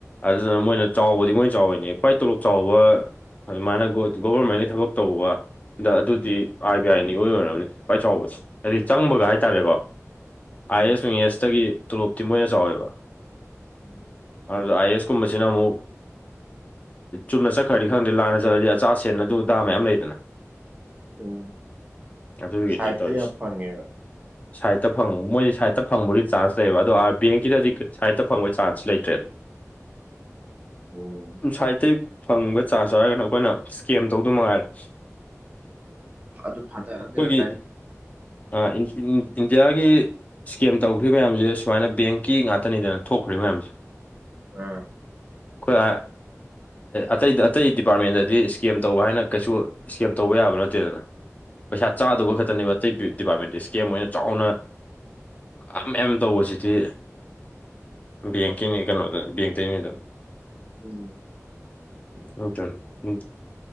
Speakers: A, on the left; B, on the right.
A: ꯑꯗꯨꯗꯨꯅ ꯃꯣꯏꯅ ꯆꯥꯎꯕꯗꯤ ꯃꯣꯏꯅ ꯆꯥꯎꯔꯤꯅꯦ ꯈ꯭ꯋꯥꯏ ꯇꯣꯂꯣꯞ ꯆꯥꯎꯕ ꯑꯗꯨ ꯃꯥꯅ ꯒꯣ ꯒꯣꯕꯔꯃꯦꯟꯒꯤ ꯊꯕꯛ ꯇꯧꯕꯗ ꯑꯗꯨꯗꯤ ꯑꯥꯔ ꯕꯤ ꯑꯥꯏꯅ ꯏꯑꯣꯏ ꯑꯣꯏꯔꯝꯅꯤ ꯈ꯭ꯋꯥꯏ ꯆꯥꯎꯕꯁꯦ ꯍꯥꯏꯗꯤ ꯆꯪꯕꯒ ꯍꯥꯏꯇꯥꯔꯦꯀꯣ
B: ꯎꯝ
A: ꯑꯥꯏ ꯑꯦꯁ ꯅꯨꯡ ꯑꯦꯁꯇꯒꯤ ꯇꯣꯂꯣꯞꯇꯤ ꯃꯣꯏꯅ ꯆꯥꯎꯋꯦꯕ
B: ꯎꯝ
A: ꯑꯗꯨꯒ ꯑꯥꯏ ꯑꯦꯁ ꯀꯨꯝꯕꯁꯤꯅ ꯑꯃꯨꯛ ꯆꯨꯝꯅ ꯆꯠꯈ꯭ꯔꯗꯤ ꯈꯪꯗꯦ ꯂꯥꯟꯅ ꯆꯠꯂꯗꯤ ꯑꯆꯥ ꯁꯦꯟ ꯑꯗꯨ ꯑꯗꯥ ꯃꯌꯥꯝ ꯂꯩꯗꯅ
B: ꯎꯝ
A: ꯑꯗꯨꯒꯤꯅꯦ
B: ꯁꯥꯏꯠꯇ
A: ꯇꯧꯔꯤꯁꯦ
B: ꯌꯥꯝ ꯐꯪꯉꯦꯕ
A: ꯁꯥꯏꯠꯇ ꯐꯪ ꯃꯣꯏꯗꯤ ꯁꯥꯏꯠꯇ ꯐꯪꯕꯒꯤ ꯆꯥꯟꯁ ꯂꯩꯌꯦꯕ ꯑꯗꯣ ꯑꯥꯔ ꯕꯦꯡꯀꯤꯗꯗꯤ ꯁꯥꯏꯠꯇ ꯐꯪꯕꯒꯤ ꯆꯥꯟꯁ ꯂꯩꯇ꯭ꯔꯦꯗ <unintelligible>
B: ꯎꯝ
A: ꯁꯥꯏꯠꯇꯩꯒꯤ ꯐꯪꯕ ꯆꯥꯟꯁ ꯍꯥꯏꯔꯒꯅ ꯑꯩꯈꯣꯏꯅ ꯁ꯭ꯀꯦꯝ ꯇꯧꯗꯨ ꯃꯉꯥꯏꯔꯦ
B: ꯑꯗꯨ ꯊꯥꯗꯔꯒ ꯀꯩꯔꯥꯛ
A: ꯑꯥ ꯏꯟ ꯏꯟꯗꯤꯌꯥꯒꯤ ꯁ꯭ꯀꯦꯝ ꯇꯧꯈ꯭ꯔꯤ ꯃꯌꯥꯝꯁꯦ ꯁꯨꯃꯥꯏꯅ ꯕꯦꯡꯀꯤ ꯉꯥꯛꯇꯅꯤꯗꯅ ꯊꯣꯛꯈ꯭ꯔꯤ ꯃꯌꯥꯝꯁꯦ
B: ꯑꯥ
A: ꯑꯩꯈꯣꯏ ꯑꯇꯩ ꯑꯇꯩ ꯗꯤꯄꯥꯔꯠꯃꯦꯟꯗꯗꯤ ꯁ꯭ꯀꯦꯝ ꯇꯧꯕ ꯍꯥꯏꯅ ꯀꯩꯁꯨ ꯁ꯭ꯀꯦꯝ ꯇꯧꯕ ꯌꯥꯕ ꯅꯠꯇꯦꯗꯅ ꯄꯩꯁꯥ
B: ꯎꯝ
A: ꯆꯥꯗꯧꯕ ꯈꯛꯇꯅꯦꯕ ꯑꯇꯩ ꯗꯤꯄꯥꯔꯠꯃꯦꯟꯗꯤ ꯁ꯭ꯀꯦꯝ ꯑꯣꯏꯅ ꯆꯥꯎꯅ ꯑꯝꯑꯦꯝ ꯇꯧꯕꯁꯤꯗꯤ ꯕꯦꯡꯀꯤꯅꯤ ꯀꯩꯅꯣꯗ ꯕꯦꯡꯇꯩꯅꯤꯗ
B: ꯎꯝ
A: <unintelligible>
B: <unintelligible>